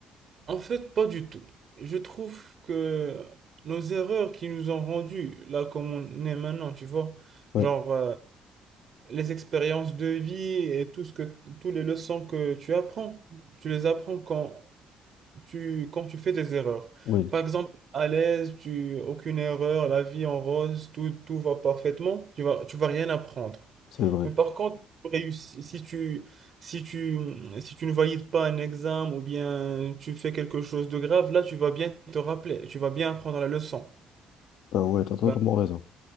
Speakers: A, on the right (about 50°); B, on the left (about 70°).
A: en fait, pas du tout. Je trouve que nos erreurs qui nous ont rendus là comme on est maintenant, tu vois,
B: Ouais,
A: genre, euh, les expériences de vie et tout ce que, tous les leçons que tu apprends, tu les apprends quand tu, quand tu fais des erreurs.
B: oui,
A: Par exemple, à l'aise, tu, aucune erreur, la vie en rose, tout, tout va parfaitement, tu vas, tu vas rien apprendre.
B: c'est vrai.
A: Mais par contre, si tu réussis- si tu, si tu, si tu ne valides pas un examen ou bien tu fais quelque chose de grave, là, tu vas bien te rappeler, tu vas bien apprendre la leçon.
B: Ah ouais, t'as totalement
A: Ben,
B: raison.